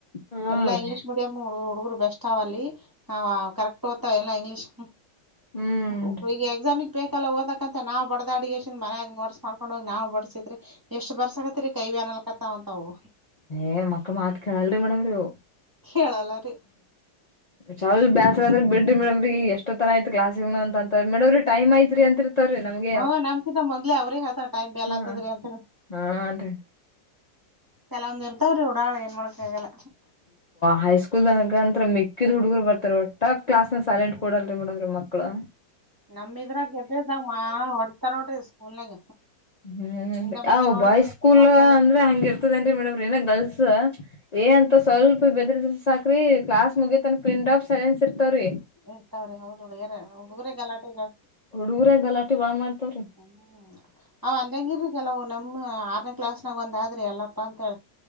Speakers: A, on the left; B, on the right.
A: ಹಾ
B: ಎಲ್ಲಾ ಇಂಗ್ಲೀಷ್
A: ರೀ
B: ಮೀಡಿಯಂ ಹುಡುಗರು ಬೆಸ್ಟ್ ಅವ ಅಲ್ಲಿ ಆವಾ ಕರೆಕ್ಟ್ ಎಲ್ಲ ಇಂಗ್ಲೀಷ್
A: ಹ್ಮ್
B: ಒಬ್ಳಿಗ್ ಎಕ್ಸಾಮ್ ಇತ್ತು ಬೇಕಲ್ಲ ಓದಕಂತ ನಾವು ಬಡ್ದ ಅಡಿಗೆೇಶಿಂದ ಮನಯಾಗ ನೋಡ್ಸ ಮಾಡ್ಕೊಂಡ ಹೋಗಿ ನಾವು ಬಡಸಿದ್ರಿ ಎಷ್ಟ್ ಬರ್ಸಕತ್ತರಿ ಕೈ ಬ್ಯಾನ್ ಅನಲ್ಕತ್ತಾವಂತ ಅವು
A: ಏ ಮಕ್ಕಳ್ ಮಾತ್ ಕೇಳಲ್ರಿ ಮೇಡಮ್ರೀರು
B: ಕೇಳಲ್ಲರಿ
A: ಚಾಲ್ ಬೇಸ್ರ ಅದ್ರಿ ಬಿಡ್ರ ಮಡಮ್ರೀ ಎಷ್ಟ ತರ ಆಯಐತ್ ಕ್ಲಾಸಸ್ಗನು ಅಂತ ಮೇಡ್ಮ್ ರೀ ಟೈಮ್ ಐತ್ ಅಂತತ್ರಿ ಅಂತಾವ್ ರೀ ನಮಗೆ
B: ಹ ನಮ್ಕಿಂತ ಮೊದಲೆ ಅವ್ರೇ ಆತ ಟೈಮ್ ಬೆಲ್ ಆತದ್ರೀ
A: ಹಾ
B: ಅಂತ
A: ಹಾನ್ರಿ.
B: ಕೆಲ ಒಂದ್ ಇರ್ತವ ರೀ ಉಡಾಳ ಎನ್ ಮಾಡಾಕ್ ಗಲ
A: ಹೈಸ್ಕೂಲ್ ನಗಾ ಅಂತ ಮೆಕ್ಕಿದ್ ಹುಡುಗರು ಬರ್ತಾರೆ ಒಟ್ಟ ಕ್ಲಾಸ್
B: ಹ್ಮ್
A: ಸೈಲೆಂಟ್ ಕೊಡಲ್ಲ <unintelligible> ಮಡರ ಮಕ್ಕಳು
B: ನಮ ಇದ್ರಾಗ ಪೆ <unintelligible> ಮಾ ಹೊಡತಾರ ನೋಡ್ರಿ ಸ್ಕೂಲ್ನಾಗ
A: ಹ್ಮ್
B: ಹಿಂದ ಮುಂದ
A: ಅ
B: ನೋಡಿದ್ವಿ
A: ಬಾಯ್ಸ್ ಸ್ಕೂಲ್
B: ಬರ್ತಾರ
A: ಅಂದ್ರೆ ಹಂಗ ಇರ್ತದೇನ್ರಿ ಮೇಡಮ್ರ ಇನ್ನು ಗರ್ಲ್ಸ್ ಏ ಅಂತ ಸ್ವಲ್ಪ ಬೆದ್ರ ಸಾಕ್ರಿ ಕ್ಲಾಸ್ ಮುಗತಾನ ಪಿನ್ ಡ್ರಪ್ ಸಾಲೆನ್ಸ್ ಇರ್ತವ್ರಿ
B: ಇರ್ತಾವ್ರೀ ಹೌದು ಹುಡುಗಿರೆ ಹುಡುಗರೇ ಗಲಾಟೆ ಜಾಸ್ತಿ
A: ಹುಡುಡುಗುರೇ ಗಲಾಟಿ ಬಾಳ ಮಾಡ್ತವ್ರೀ
B: ಹ್ಮ್ ಅವ್ ಅಂದಜಾಗ ಇರ್ರಿ ಕೆಲವು ನಮ್ ಆರನೇ ಕ್ಲಾಸ್ನಾಗ ಒಂದ ಆದ್ರಿ ಎಲ್ಲಪ್ಪಾ ಅಂತ ಹೇಳ